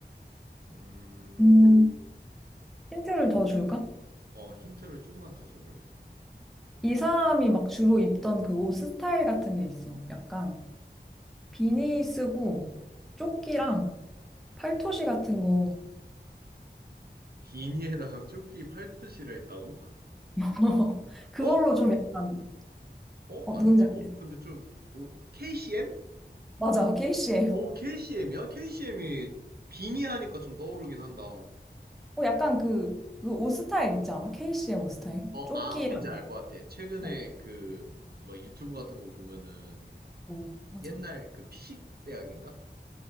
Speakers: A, on the right; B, in the centre.
A: 음,
B: 음. 힌트를 더 줄까?
A: 어, 힌트를 좀만 더 줘볼래?
B: 이 사람이 막 주로 입던 그 옷 스타일 같은 게 있어. 약간 비니 쓰고 조끼랑 팔토시 같은 거.
A: 비니에다가 조끼 팔토시를 했다고?
B: <laughs> 그걸로
A: 어?
B: 좀 약간,
A: 어?
B: 어,
A: 아닌가?
B: 누군지
A: 어?
B: 알겠
A: 근데 좀, 오, KCM?
B: 맞아, KCM.
A: 어, KCM이야? KCM이 비니 하니까 좀 떠오르긴 한다.
B: 어, 약간 그, 그옷 스타일 있지 않아? KCM 옷 스타일?
A: 어,
B: 조끼랑.
A: 아, 뭔지 알 것 같아. 최근에
B: 어,
A: 그, 뭐 유튜브 같은 거 보면은
B: 어, 맞아.
A: 옛날 그 피식 대학인가?